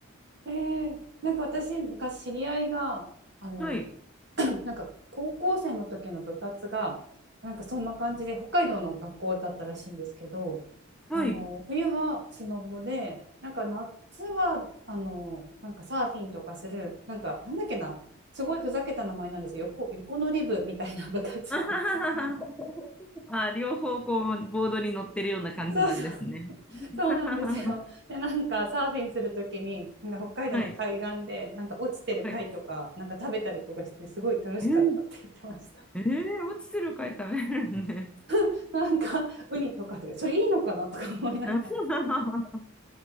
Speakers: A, on the right; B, in the centre.
A: ええなんか私、昔知り合いが、あの、
B: ない。はい、
A: なんか高校生の時の部活がなんかそんな感じで北海道の学校だったらしいんですけど
B: はい、
A: あの冬はスノボでなんか夏はあのなんかサーフィンとかするなんかなんだっけなすごいふざけた名前なんですよ横、
B: はい。
A: 横乗り部みたいな部活で
B: <laughs>
A: <laughs>
B: あ、両方こう、ボードに乗ってるような感じなんですね。
A: そうそうそうそうなんですよ。
B: <laughs>
A: でなんかサーフィンするときになんか北海道の海岸でなんか落ちてる貝とかなんか食べたりとかしてすごい楽しかったって言ってました。
B: はい、はい。えー、えー落ちてる貝食べれるんです。
A: <laughs> なんかウニとかとかそれいいのかなとか思いながら。
B: <laughs>